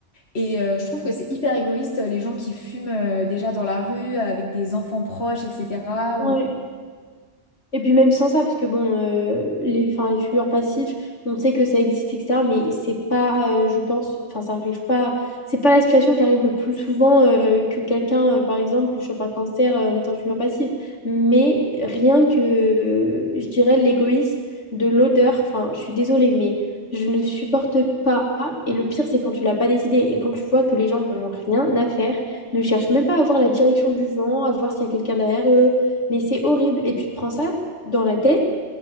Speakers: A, on the left (about 65°); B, on the left (about 85°).
A: Et euh, je trouve que c'est hyper égoïste, les gens qui fument euh, déjà dans la rue, avec des enfants proches, etc.
B: Ouais.
A: Ou...
B: Et puis même sans ça, parce que bon, euh, les, enfin, les fumeurs passifs, on sait que ça existe, etc. Mais c'est pas, euh, je pense, enfin ça arrive pas, c'est pas la situation qui arrive le plus souvent euh, que quelqu'un, euh, par exemple, chope un cancer euh, en étant fumeur passif. Mais rien que, euh, je dirais, l'égoïsme de l'odeur, enfin je suis désolée, mais je ne supporte pas. Et le pire, c'est quand tu l'as pas décidé et quand tu vois que les gens n'en ont rien à faire, ne cherchent même pas à voir la direction du vent, à voir s'il y a quelqu'un derrière eux. Mais c'est horrible. Et tu te prends ça dans la tête,